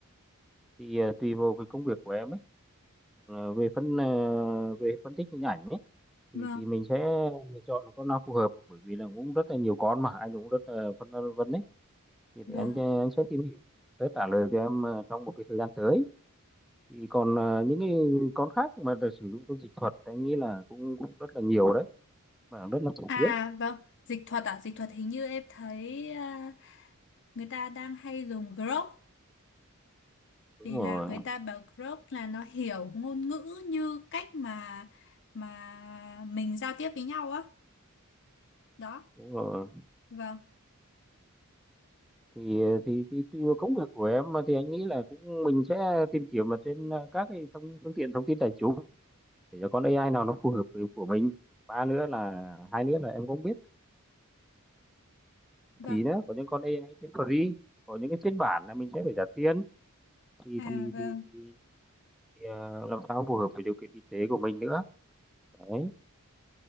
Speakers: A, in the centre; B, on the left.
A: thì ờ, tùy vào cái công việc của em ấy Ờ, về phân ờ, về phân tích hình ảnh ấy thì
B: vâng,
A: thì mình sẽ lựa chọn con nào phù hợp bởi vì là cũng rất là nhiều con mà anh cũng rất là phân ờ, vân đấy thì
B: vâng.
A: để anh ờ, anh sẽ tìm hiểu để trả lời cho em ờ, trong một cái thời gian tới thì còn ờ, những cái con khác mà được sử dụng trong dịch thuật anh nghĩ là cũng cũng rất là nhiều đấy và rất là phổ
B: À
A: biến
B: vâng, dịch thuật à, dịch thuật hình như em thấy à, người ta đang hay dùng Grok
A: đúng
B: vì
A: rồi
B: là người ta bảo Grok là nó hiểu ngôn ngữ như cách mà mà mình giao tiếp với nhau á. Đó,
A: đúng rồi
B: vâng,
A: thì ờ, thì, thì tùy vào công việc của em mà thì anh nghĩ là cũng mình sẽ tìm kiếm mà trên ờ, các cái thông phương tiện thông tin đại chúng để cho con AI nào nó phù hợp với của mình ba nữa là hai nữa là em cũng biết
B: vâng.
A: thì nữa có những con AI cái free có những cái phiên bản là mình sẽ phải trả tiền thì
B: À
A: thì
B: vâng.
A: thì, thì, thì ờ, làm sao phù hợp với điều kiện kinh tế của mình nữa đấy